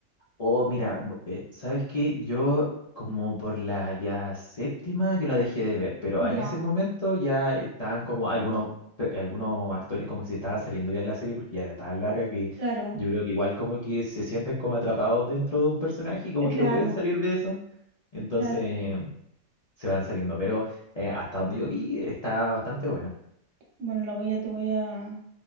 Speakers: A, on the left; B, on the right.
A: Oh, mira, bu- eh, ¿sabes qué? Yo como por la ya séptima yo la dejé de ver, pero en
B: Ya,
A: ese momento ya estaban como algunos, pe- algunos actores como que se estaban saliendo ya de la serie porque ya era tan larga que
B: Claro,
A: yo creo que igual como que se sienten como atrapados dentro de un personaje y como
B: eh, claro,
A: que no pueden salir de eso, entonces
B: claro.
A: se van saliendo, pero eh, hasta donde yo vi está bastante buena.
B: Bueno, la voy a, te voy a,